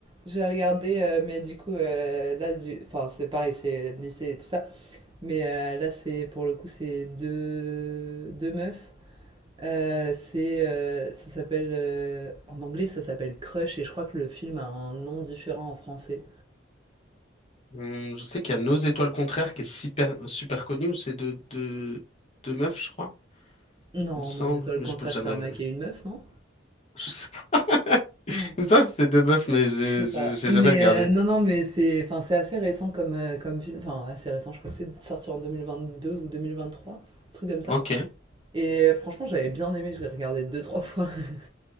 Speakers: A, on the right (about 25°); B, on the left (about 35°).
A: j'ai regardé, euh, mais du coup, euh, là, du... enfin, c'est pareil, c'est le lycée et tout ça. Mais euh, là, c'est pour le coup, c'est deux... deux meufs. Euh, c'est, euh, ça s'appelle, euh, en anglais, ça s'appelle Crush et je crois que le film a un nom différent en français.
B: Hum, je sais qu'il y a Nos étoiles contraires qui est super, super connu, où c'est de, de, de meufs, je crois,
A: Non,
B: il me semble,
A: Nos étoiles
B: mais
A: contraires,
B: je peux jamais
A: c'est un
B: regarder.
A: mec et une meuf, non?
B: <laughs> Je sais pas. <laughs>
A: Oh,
B: Il me semble que c'était deux meufs, mais je,
A: je sais
B: je,
A: pas.
B: j'ai
A: Mais
B: jamais regardé.
A: euh, non, non, mais c'est, enfin, c'est assez récent comme, euh, comme film. Enfin, assez récent, je crois que c'est sorti en 2022 ou 2023, un truc comme ça.
B: Ok.
A: Et euh, franchement, j'avais bien aimé, je l'ai regardé deux, trois fois. <laughs>